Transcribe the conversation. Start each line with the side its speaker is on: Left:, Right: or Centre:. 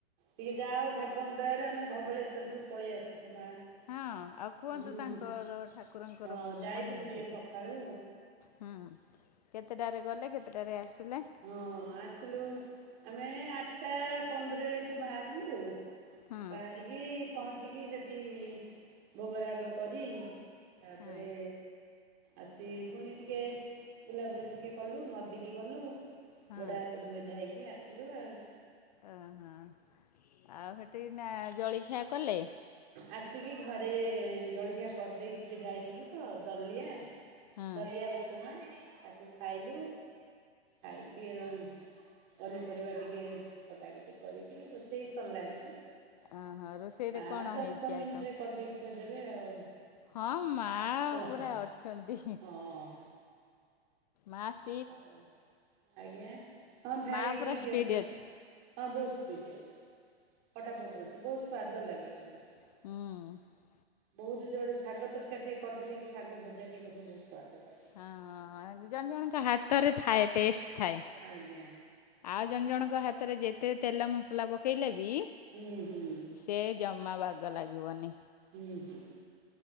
Right: ଟିକିଏ ଯାହା ହଉ ଠାକୁରଙ୍କ ଦୟାରୁ ଆମେ ଧବଳେଶ୍ୱରରୁ ପଳେଇ ଆସିଛୁ ମା।
Left: ହଁ ଆଉ କୁହନ୍ତୁ
Right: ହୁଁ
Left: ତାଙ୍କର ଠାକୁରଙ୍କର
Right: ହଁ
Left: ମହିମା
Right: ଯାଇଥିଲୁ ଟିକେ
Left: କେତେ?
Right: ସକାଳୁ
Left: ହୁଁ କେତେଟାରେ ଗଲେ କେତେଟାରେ ଆସିଲେ?
Right: ହଁ ଆସିଲୁ ଆମେ ଏ ଆଟ୍ଟା ପନ୍ଦରରେ ଏଠୁ ବାହାରିଲୁ
Left: ହୁଁ
Right: ବାହାରିକି ପହଞ୍ଚିକି ସେଠି ଭୋଗରାଗ କରି ତାପରେ
Left: ହଁ
Right: ଆସି ପୁଣି ଟିକେ ବୁଲାବୁଲି ଟିକେ କଲୁ ନଦୀକି ଗଲୁ।
Left: ହଁ।
Right: ଗୋଡ ହାତ ଧୋଇ ଧୋଇକି ଆସିଲୁ ଆଉ।
Left: ଓହୋ ଆଉ ହେଥି ନା ଜଳିଖିଆ କଲେ।
Right: ଆସିକି ଘରେ ଜଳିଖିଆ କରିଦେଇକି ଟିକେ ଯାଇଥିଲୁ ତ, ଦଲିଆ।
Left: ହଁ।
Right: ଦଲିଆ ଉପମା, ତାକୁ ଖାଇଲୁ ଖାଇଦିଅ ଅହଁ। ପନିପରିବା ଟିକେ କଟାକଟି କରିକି ରୋଷେଇ ସରିଲାଣି ଯେ,
Left: ଅହଁ ରୋଷେଇରେ
Right: ମା
Left: କଣ ହେଇଛି ଆଇଟମ୍?
Right: ଭିତରେ କରି ଦେଇକି ଥୋଇ ଦେବେ ଆଉ
Left: ହଁ ମାଆ
Right: ହଁ
Left: ପୁରା
Right: ହଁ
Left: ଅଛନ୍ତି।
Right: ହଁ
Left: ମାସ୍
Right: ହଉ ଆଜ୍ଞା। ହଁ ଭାଇ
Left: ମା ପୁରା
Right: ଠିକ
Left: ସ୍ପିଡ୍
Right: ଅଛନ୍ତି,
Left: ଅଛି।
Right: ହଁ ବହୁତ ସ୍ପିଡ଼ ଅଛନ୍ତି। ଫଟାଫଟ ରୋଷେଇ ବହୁତ ସ୍ଵାଦ ଲାଗେ କିନ୍ତୁ
Left: ହୁଁ
Right: ବହୁତ ଯେଉଁ ଗୋଟେ ଶାଗ ତରକାରୀ ଟିକେ କରି ଦେଲି କି, ଶାଗ ଭଜା ଟିକେ କରି ଦେଲେ ବହୁତ ସ୍ଵାଦ ଲାଗେ।
Left: ହଁ ଜଣ ଜଣଙ୍କ ହାତରେ ଥାଏ, ଟେଷ୍ଟ ଥାଏ।
Right: ଆଜ୍ଞା
Left: ଆଉ ଜଣ ଜଣଙ୍କ ହାତରେ ଯେତେ ତେଲ ମସଲା ପକେଇଲେ ବି
Right: ହୁଁ ହୁଁ
Left: ସେ ଜମା ବାଗ ଲାଗିବନି।
Right: ହୁଁ ହୁଁ